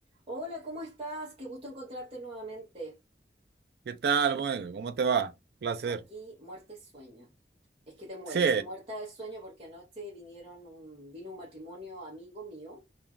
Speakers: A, on the right; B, on the right.
A: Hola, ¿cómo estás? Qué gusto encontrarte nuevamente.
B: ¿Qué tal, Mónica? ¿Cómo te va? Un Placer.
A: Aquí, muerte es sueño. Es que te mueres,
B: Sí,
A: muerta de sueño porque anoche vinieron un, vino un matrimonio amigo mío